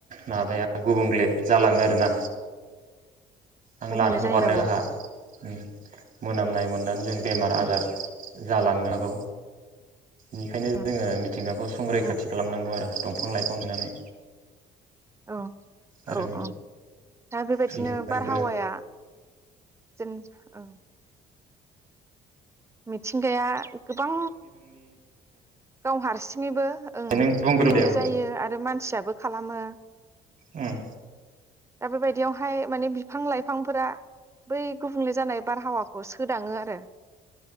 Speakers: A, on the right (about 50°); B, on the right (about 15°).
A: माबाया गुबुंगले जालाङो आरोना। आं
B: गुबुंले
A: लानाय हगारनायाव
B: जायो औ
A: जोहा उ मोनामनाय मोननानै जायो। बेमार
B: उम
A: आजार जालांनो हागौ। बिनिखायनो जोङो
B: उम
A: मिथिंगाखौ संरैखाथि
B: उम
A: खालामनांगौ आरो। दंफां लाइफ फां गायनानै।
B: औ
A: आरो
B: औ औ। दा बेबायदिनो
A: बेनिफ्रायबो
B: बारहावाया जेन औ। मिथि थिंगाया गोबां गाव हारसि निबो ओं
A: नों बुंग्रोदे
B: गुबुंले
A: औ
B: जायो आरो मानसियाब बो खालामो।
A: उम
B: ओं दा बेबायदियावहाय माने बिफां लाइफांफोरा बै गुबुंले जानाय बारहावाखौ सोदाङो आरो।